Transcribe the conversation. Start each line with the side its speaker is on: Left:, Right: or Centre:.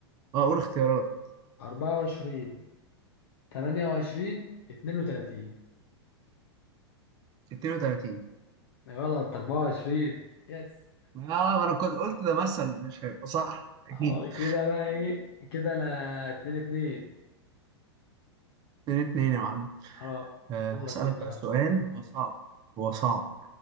Right: اه قول اختيارات
Left: 24 28 32
Right: 32
Left: غلط 24 يس
Right: اه انا كنت قلت ده مثل مش هيبقى صح اكيد
Left: اه كده بقى ايه كده انا 2 2
Right: <laughs> 2 2 يا معلم
Left: اه
Right: آه
Left: دورك
Right: هسألك
Left: انت
Right: بقى
Left: بقى
Right: سؤال هو صعب هو صعب